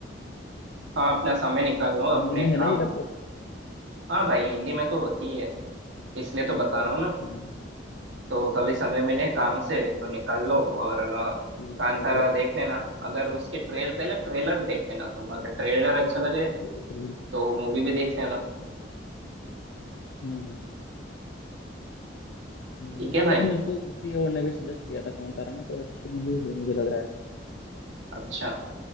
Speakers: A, on the right; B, on the left.
A: हाँ अपना समय निकाल लो
B: हिंदी
A: अपने
B: में
A: काम
B: है ना ये डब तो
A: हाँ भाई हिंदी में तो होती ही है इसलिए तो बता रहा हूँ ना
B: हम्म
A: तो कभी समय मिले काम से तो निकाल लो और अ,
B: ठीक
A: कांतारा
B: है
A: देख लेना अगर उसकी ट्रेल पहले ट्रेलर देख लेना तुम अगर ट्रेलर अच्छा लगे
B: बिल्कुल बिल्कुल
A: तो मूवी भी देख लेना
B: हम्म हम्म,
A: ठीक है
B: नहीं
A: भाई
B: वैसे मुझको किसी और ने भी सजेस्ट किया था कांतारा ना तो अच्छी मूवी है मुझे लग रहा है
A: अच्छा